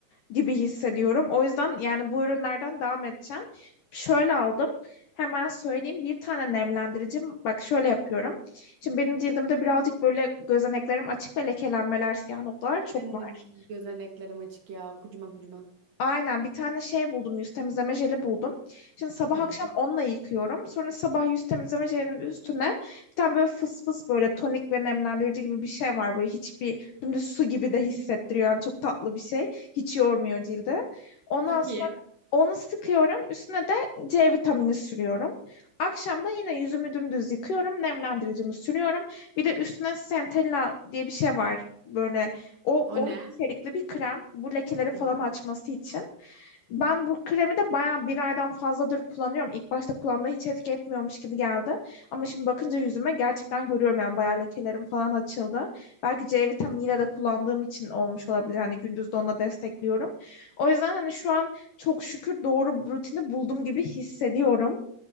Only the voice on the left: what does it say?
gibi hissediyorum. O yüzden yani bu ürünlerden devam edeceğim. Şöyle aldım. Hemen söyleyeyim bir tane nemlendiricim. Bak şöyle yapıyorum. Şimdi benim cildimde birazcık böyle gözeneklerim açık ve lekelenmeler, siyah noktalar çok
var.
Aynen bir tane şey buldum yüz temizleme jeli buldum. Şimdi sabah
akşam onunla yıkıyorum. Sonra sabah yüz temizleme jelinin üstüne bir tane böyle fıs fıs böyle tonik ve nemlendirici gibi bir şey var. Böyle hiçbir dümdüz su gibi de hissettiriyor. Yani çok tatlı bir şey. Hiç yormuyor cildi. Ondan
sonra
onu sıkıyorum. Üstüne de C vitamini sürüyorum. Akşam da yine yüzümü dümdüz yıkıyorum. Nemlendiricimi sürüyorum. Bir de üstüne Centella diye bir şey var. Böyle o,
onu
içerikli bir krem. Bu lekeleri falan
açması için. Ben bu kremi de bayağı bir aydan fazladır kullanıyorum. İlk başta kulağımda hiç etki etmiyormuş gibi geldi. Ama şimdi bakınca yüzüme gerçekten görüyorum yani bayağı lekelerim falan açıldı. Belki C vitaminiyle de kullandığım için olmuş olabilir. Hani gündüz de onunla destekliyorum. O yüzden hani şu an çok şükür doğru rutini buldum gibi hissediyorum.